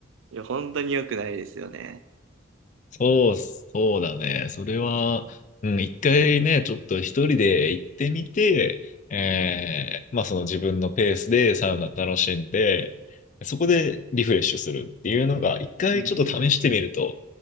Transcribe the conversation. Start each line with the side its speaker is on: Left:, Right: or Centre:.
Right: いや、本当に良くないですよね。
Left: そうっす、そうだね。それは、うん、一回ね、ちょっと一人で行ってみて、えー、まあその自分のペースでサウナ楽しんで、そこでリフレッシュするっていうのが、一回ちょっと試してみると
Right: うんうん。い